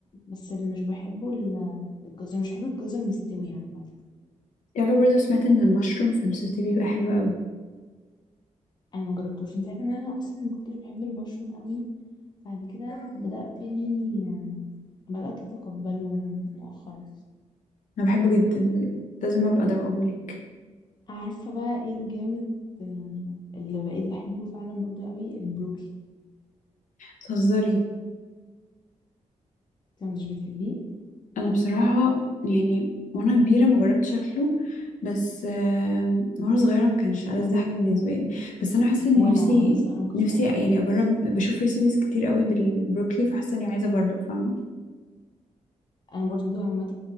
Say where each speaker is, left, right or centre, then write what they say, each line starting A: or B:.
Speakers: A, on the left; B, on the left.
A: بس اللي مش بحبه ال- الجزر مش بحب الجزر مستوي عامه
B: تعرفي برضو سمعت ان المشروم في السوتيه بيبقى حلو قوي
A: انا ما جربتوش انت عارفه ان انا اصلا ما كنتش بحب المشروم قوي بعد كده بدات يعني بدات اتقبله مؤخرا
B: انا بحبه جدا بجد لازم ابقى ادوقهولك
A: عارفة بقى ايه الجامد آه، اللي بقيت بحبه فعلا برضه قوي البروكلي
B: بتهزري
A: انت مش بتحبيه
B: انا بصراحه يعني وانا كبيره ما جربت شكله بس آم، وانا صغيره ما كانش ألذ
A: وانا
B: حاجه بالنسبه لي بس انا حاسه ان
A: وانا
B: نفسي
A: وأنا صغيرة ما كنتش
B: نفسي
A: بحبه
B: يعني
A: خالص
B: اجرب بشوف ريسيبيز كتير قوي بالبروكلي فحاسه اني عايزه اجرب فاهمه
A: انا برضه عامة